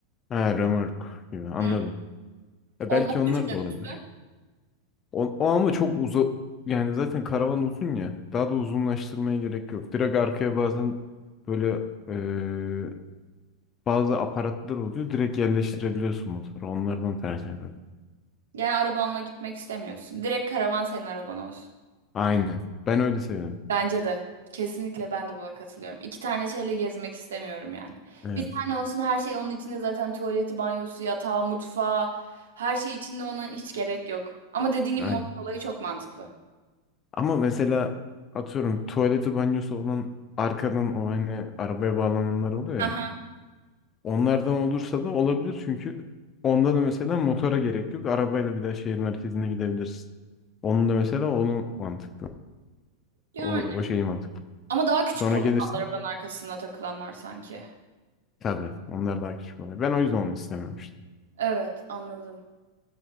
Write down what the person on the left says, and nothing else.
Ha, römork gibi anladım.
E,
belki onlar
da olabilir.
O, o ama çok uza yani zaten karavan uzun ya. Daha da uzunlaştırmaya gerek yok. Direkt arkaya bazen böyle e, bazı aparatlar oluyor. Direkt yerleştirebiliyorsun motoru. Onlardan tercih ederim.
Aynen. Ben öyle seviyorum.
Evet.
Aynen.
Ama mesela atıyorum tuvaleti banyosu olan arkadan o hani arabaya bağlananlar oluyor
ya. Onlardan olursa da olabilir çünkü onda da mesela motora gerek yok. Arabayla bir daha şehir merkezine gidebilirsin. Onun da mesela onu mantıklı.
O, o şeyi mantıklı.
Sonra
gelirsin.
Tabii onlar daha küçük oluyor. Ben o yüzden onu istememiştim.